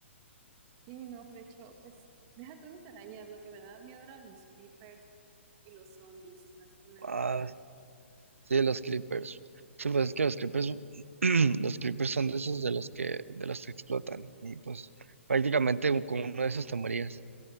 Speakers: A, on the right; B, on the right.
A: Sí, no, de hecho, pues deja tú las arañas, lo que me daba miedo eran los creepers y los zombies, más que nada.
B: Ah, sí, los creepers. Sí, pues es que los creepers, <clears throat> los creepers son de esos de los que, de los que explotan. Y pues prácticamente un- con uno de esos te morías.